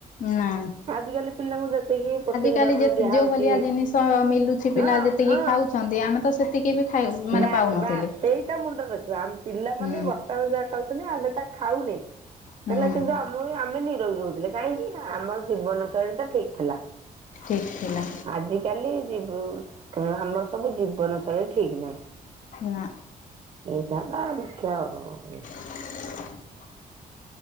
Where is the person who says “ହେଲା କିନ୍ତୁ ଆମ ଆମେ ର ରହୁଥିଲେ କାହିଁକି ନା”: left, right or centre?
Right